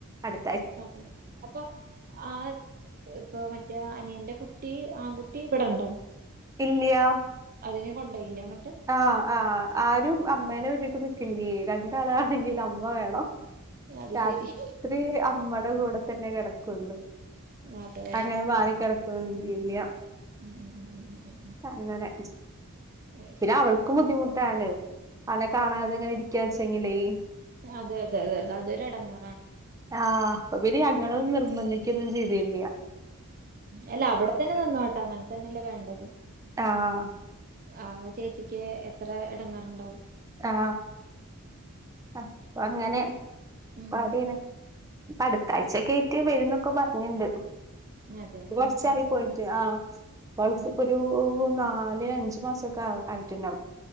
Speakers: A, on the right (about 15°); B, on the right (about 40°).
A: അടു
B: അതെ അപ്പൊ ആ ഇപ്പൊ മറ്റേ അനിയന്റെ കുട്ടി ആൺകുട്ടി ഇവിടെണ്ടൊ
A: ഇല്യാ
B: അതിനെ കൊണ്ടൊയില്ല അങ്ങട്ട്
A: ആഹ് ആഹ് ആരും അമ്മേനെ വട്ടിട്ട് നിക്കില്ലേ രണ്ടാളാണെങ്കിലും അമ്മ വേണം
B: അത്
A: രാത്രി
B: ശരി
A: അമ്മടെ കൂടെ തന്നെ കെടക്കുള്ളു
B: അതെ
A: അങ്ങനെ മാറിക്കിടകൊന്നുല്ല
B: ഉം ഉം ഉം ഉം
A: അങ്ങനെ
B: ഉം അത്
A: പിന്നെ
B: ശരി
A: അവൾക്കും ബുദ്ധിമുട്ടാണ് അവനെ കാണാാനതങ്ങനെ ഇരിക്ക വെച്ചെങ്കിലേ
B: അതെ അതെ അതെ അതെ അതൊരു എടങ്ങറാണ്
A: ആഹ് അപ്പൊ പിനെ ഞങ്ങളും നിർബന്ധിക്കുകൊന്നും ചെയ്തില്യ
B: അല്ല അവിടെ തന്നെ നിന്നോട്ടെ അങ്ങനെ തന്നെല്ലേ വേണ്ടത്
A: ആഹ്
B: ആ ചേച്ചിക്ക് എത്ര എടങ്ങാറുണ്ടാവും
A: ആ പ്പ അങ്ങനെ
B: ഉം
A: പാഡിനെ പ്പ അടുത്താഴ്ചക്ക ആയിട്ട് വരു ന്നൊക്കെ പറഞ്ഞിണ്ട് പ്പൊ
B: അതെ
A: കുറചായി
B: ഉം ഉം
A: പോയിട്ട് ആ അവൾക്കിപ്പോ
B: ഉം
A: ഒരു നാല് അഞ്ച് മാസൊക്കെ ആയിട്ടുണ്ടാവും